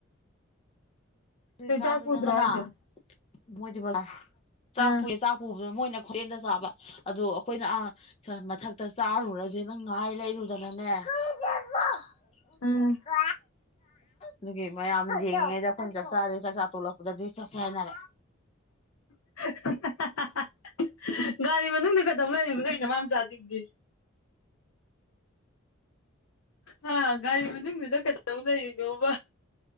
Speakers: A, on the left; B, on the left.
A: ꯆꯪꯈ꯭ꯔꯤꯀꯥꯟꯗꯨꯗꯅ
B: ꯍꯦꯟꯖꯥꯡ ꯄꯨꯗ꯭ꯔꯣ ꯍꯥꯏꯖꯦ?
A: ꯃꯣꯏꯗꯤ ꯕꯖꯥꯔ ꯆꯥꯛ
B: ꯑꯥ
A: ꯄꯨꯏꯌꯦ ꯆꯥꯛ ꯄꯨꯕꯗꯨ ꯃꯣꯏꯅ ꯍꯦꯇꯦꯟꯗ ꯆꯥꯕ ꯑꯗꯨ ꯑꯈꯣꯏꯅ ꯑꯥ ꯆꯥ ꯃꯊꯛꯇ ꯆꯥꯔꯨꯔꯖꯦꯅ ꯉꯥꯏ ꯂꯩꯔꯨꯗꯅꯅꯦ <unintelligible>
B: ꯑꯥ
A: <unintelligible> ꯑꯗꯨꯒꯤ ꯃꯌꯥꯝ ꯌꯦꯡꯉꯤꯉꯦꯗ ꯑꯈꯣꯏꯅ ꯆꯥꯛ ꯆꯥꯔꯦ ꯆꯥꯛꯆꯥ ꯇꯣꯂꯛꯄꯗꯗꯤ ꯆꯠꯁꯦ ꯍꯥꯏꯅꯔꯦ
B: <unintelligible> ꯒꯥꯔꯤ ꯃꯅꯨꯡꯗ ꯀꯩꯗꯧ ꯂꯩꯔꯤꯕ ꯅꯣꯏ ꯅꯃꯥꯝꯆꯥꯁꯤꯡꯗꯤ? ꯍꯥ ꯒꯥꯔꯤ ꯃꯅꯨꯡꯗꯨꯗ ꯀꯗꯧ ꯂꯩꯔꯤꯅꯣꯕ?